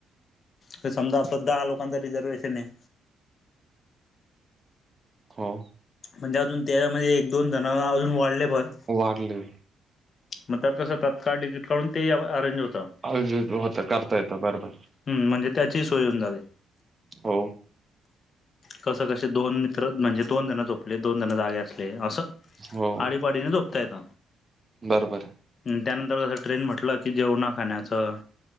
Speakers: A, on the left (about 45°); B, on the right (about 30°).
A: तर समजा आपता दहा लोकांचा रिझर्वेशन आहे.
B: हो.
A: म्हणजे अजून त्या म्हणजे एक दोन जण अजून वाढले पण.
B: वाढले.
A: मग तर कसं तत्काळ टडिकीट काढून ते अरेंज होतं.
B: अ होता करता येत बरोबर
A: हम्म म्हणजे त्याची सोय होऊन जाते
B: हो.
A: कसं कसे दोन मित्र म्हणजे दोन जण झोपले दोन जण जागे असले असं.
B: हो
A: आडीपाडीने झोपता येत.
B: बरोबर.
A: त्यानंतर कसं ट्रेन म्हटलं की जेवणा खाण्याचं